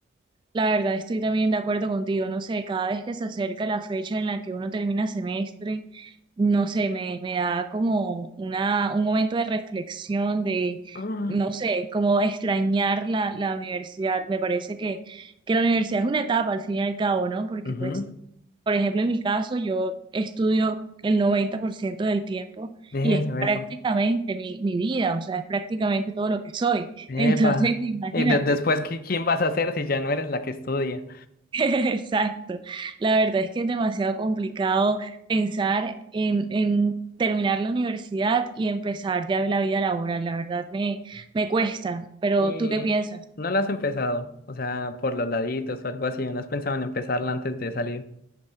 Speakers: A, on the right; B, on the left.
A: La verdad, estoy también de acuerdo contigo. No sé, cada vez que se acerca la fecha en la que uno termina semestre, no sé, me, me da como una, un momento de reflexión, de,
B: Ah,
A: no sé, como extrañar la, la universidad. Me parece que, que la universidad es una etapa al fin y al cabo, ¿no? Porque
B: ujú,
A: pues por ejemplo, en mi caso, yo estudio el 90% del tiempo
B: Eso,
A: y es
B: eso.
A: prácticamente mi, mi vida, o sea, es prácticamente todo lo que soy.
B: Epa.
A: Entonces, <laughs> imagínate.
B: Y de- después, ¿qui- ¿quién vas a ser si ya no eres la que estudia?
A: <laughs> Exacto. La verdad es que es demasiado complicado pensar en, en terminar la universidad y empezar ya la vida laboral. La verdad me, me cuesta, pero
B: Y
A: ¿tú qué piensas?
B: no la has empezado, o sea, por los laditos o algo así, ¿no has pensado en empezarla antes de salir?